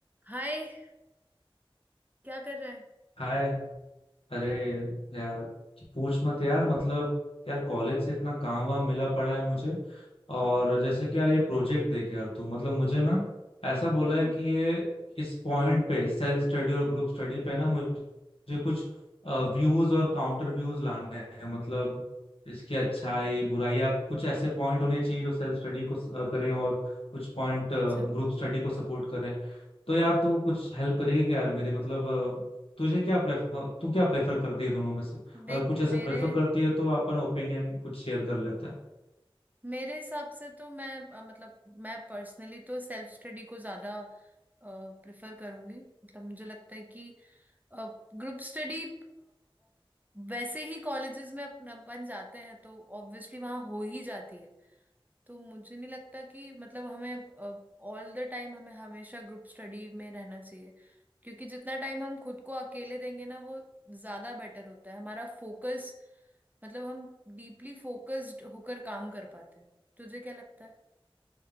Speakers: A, on the right; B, on the left.
A: हाय क्या कर रहे हैं
B: हाय अरे यार कि पूछ मत यार मतलब यार कॉलेज से इतना काम वाम मिला पड़ा है मुझे और जैसे कि यार ये प्रोजेक्ट देख यार तू मतलब मुझे ना ऐसा बोला
A: हम्म
B: है कि ये इस पॉइंट पे सेल्फ स्टडी और ग्रुप स्टडी पे ना मुझे कुछ व्यूज और काउंटर व्यूज लाने हैं मतलब इसकी अच्छाई बुराई या कुछ ऐसे पॉइंट होने चाहिए जो सेल्फ स्टडी को स- अ, करें और कुछ पॉइंट
A: अच्छा
B: ग्रुप स्टडी को सपोर्ट करें तो यार तू कुछ हेल्प करेगी क्या यार मेरी मतलब तुझे क्या प्रेफर तू क्या प्रेफर करती है दोनों में से अगर
A: देख
B: कुछ ऐसे
A: मेरे
B: प्रेफर करती है तो अपन ओपिनियन कुछ शेयर कर लेते हैं
A: मेरे हिसाब से तो मैं अ, मतलब मैं पर्सनली तो सेल्फ स्टडी को ज्यादा प्रेफर करूंगी मतलब मुझे लगता है कि ग्रुप स्टडी वैसे ही कॉलेजेस में अपन अपन जाते हैं तो ऑब्वियसली वहाँ हो ही जाती है तो मुझे नहीं लगता कि मतलब हमें ऑल द टाइम हमें हमेशा ग्रुप स्टडी में रहना चाहिए क्योंकि जितना टाइम हम खुद को अकेले देंगे ना वो ज्यादा बेटर होता है हमारा फोकस मतलब हम डीपली फोकस्ड होकर काम कर पाते हैं तुझे क्या लगता है